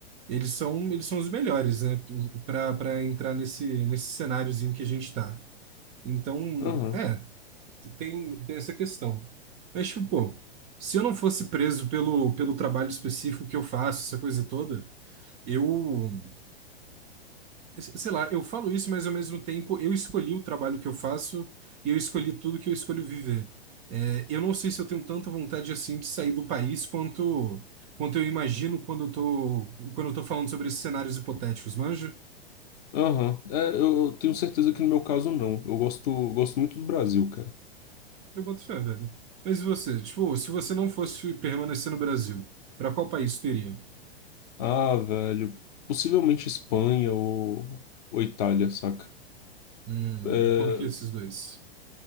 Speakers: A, on the right; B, on the left.
A: eles são, eles são os melhores, né? para Para entrar nesse, nesse cenáriozinho que a gente está. Então,
B: Aham,
A: é, tem, tem essa questão. Mas, tipo, pô, se eu não fosse preso pelo, pelo trabalho específico que eu faço, essa coisa toda, eu, sei lá, eu falo isso, mas ao mesmo tempo eu escolhi o trabalho que eu faço e eu escolhi tudo que eu escolho viver. É, eu não sei se eu tenho tanta vontade assim de sair do país quanto, quanto eu imagino quando eu tô, quando eu tô falando sobre esses cenários hipotéticos, manja?
B: aham. É, eu, eu tenho certeza que no meu caso não. Eu gosto, gosto muito do Brasil, cara.
A: Eu boto fé, velho. Mas e você? Tipo, se você não fosse permanecer no Brasil, pra qual país tu iria?
B: Ah, velho, possivelmente Espanha ou, ou Itália, saca?
A: Hum,
B: É,
A: por que esses dois?